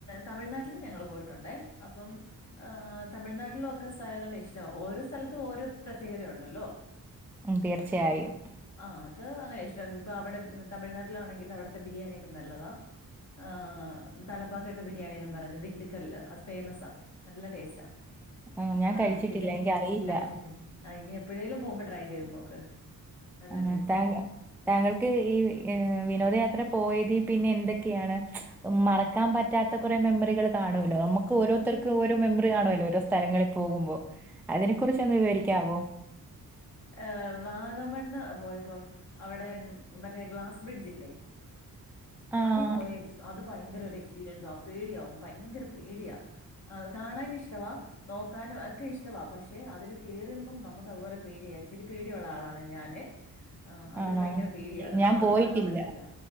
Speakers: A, on the left (about 50°); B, in the centre.
A: തമിഴ്നാട്ടിലും ഞങ്ങള് പോയിട്ടുണ്ടേ അപ്പം ആഹ് തമിഴ്നാട്ടിലൊക്കെ സ്ഥലങ്ങള് ഇഷ്ട്ടാ. ഓരോ സ്ഥലത്തും ഓരോ പ്രത്യേകതയുണ്ടല്ലോ.
B: തീർച്ചയായും.
A: ആഹ് അത് അങ്ങനെ ഇഷ്ടം. ഇപ്പ അവിടെ തമിഴ്നാട്ടിലാണെങ്കിൽ അവിടുത്തെ ബിരിയാണിയൊക്കെ നല്ലതാ. ആഹ് തലപ്പാക്കെട്ട് ബിരിയാണിന്ന് പറഞ്ഞ്. ദിണ്ടക്കല് അത് ഫേമസാ. നല്ല ടേസ്റ്റാ.
B: ഉം ഞാൻ
A: ആ
B: കഴിച്ചിട്ടില്ല.
A: പിന്നെ
B: എനിക്കറിയില്ല.
A: കഴിച്ചിട്ടി <unintelligible> ആ ഇനി എപ്പോഴേലും പോകുമ്പോ ട്രൈ ചെയ്ത് നോക്ക്. നല്ല
B: ആഹ്
A: ടേസ്റ്റാ.
B: താങ്ക താങ്കൾക്ക് ഈ വിനോദയാത്ര പോയത് പിന്നെ എന്തൊക്കെയാണ് മറക്കാൻ പറ്റാത്ത കുറെ മെമ്മറികൾ കാണുമല്ലോ നമുക്ക് ഓരോരുർക്ക് ഓരോ മെമ്മറി കാണോല്ലോ ഓരോ സ്ഥലങ്ങളിൽ പോകുമ്പോ അതിനെ കുറിച്ച ഒന്ന് വിവരിക്കാവോ
A: ഏഹ് വാഗമണ്ണ പോയപ്പം അവിടെ മറ്റേ ഗ്ലാസ് ബ്രിഡ്ജ്ല്ലേ
B: ആഹ്
A: അതി പോയ എക് അത് ഭയങ്കര ഒരു എക്സ്പീരിയൻസ പേടിയാവും ഭയങ്കര പേടിയാ ആഹ് അത് കാണാനൻ ഇഷ്ടവാ നോക്കാനും ഒക്കെ ഇഷ്ടവാ പക്ഷെ അതില് കേയറുമ്പം നമുക്ക് അതുപോലെ പേടിയ ഇച്ചിരി പേടിയുള്ള ആളാണ് ഞാന് ആഹ് അതിൽ
B: ആണോ?
A: ഭയങ്കര പേടിയത്
B: ഞാൻ
A: ആഹ് അത്
B: പോയിട്ടില്ല.
A: മറക്കാൻ പറ്റത്തില്ല